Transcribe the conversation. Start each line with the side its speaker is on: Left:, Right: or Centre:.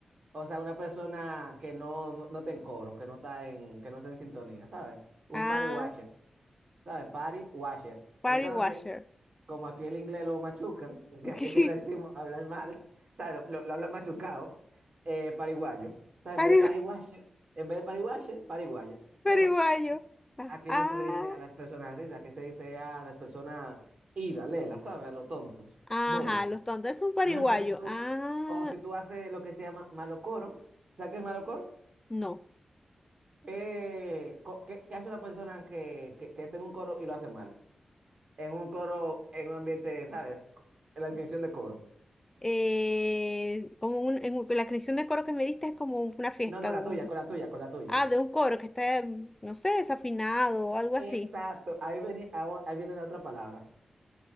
Right: O sea, una persona que no, no, no está en coro, que no está en, que no está en sintonía, ¿sabes? Un
Left: Ah,
Right: party washer, ¿sabes? Party washer.
Left: pariguayer.
Right: Entonces, como aquí el inglés lo machucan, <laughs>
Left: <laughs>
Right: que así que le decimos hablar mal, <laughs> ¿sabes? Lo, lo- lo hablan machucado, eh, pariguayo. ¿Sabes?
Left: Parigu-
Right: En vez de party washer, en vez de party washer, pariguayo.
Left: Pariguayo.
Right: Pero aquí,
Left: Ah,
Right: aquí
Left: ah,
Right: no se le dice a las personas así, aquí se dice a las personas ida, lela, ¿sabes? A los tontos,
Left: ajá,
Right: bobos.
Left: los tontos es un pariguayo.
Right: Un ejemplo, si tú,
Left: Ah,
Right: o si tú haces lo que se llama malocoro, ¿sabes qué es malocoro?
Left: no.
Right: Eh, co- ¿qué, qué hace una persona que, que, que está en un coro y lo hace mal? En un coro, en un ambiente, ¿sabes? Co- La definición de coro.
Left: eh, como un, en un- la canción de coro que me diste es como una fiesta,
Right: No, no, la
Left: un,
Right: tuya, con la tuya, con la tuya.
Left: ah, de un coro que está, mm, no sé, desafinado o algo así.
Right: Exacto, ahí viene, aho- ahí viene la otra palabra.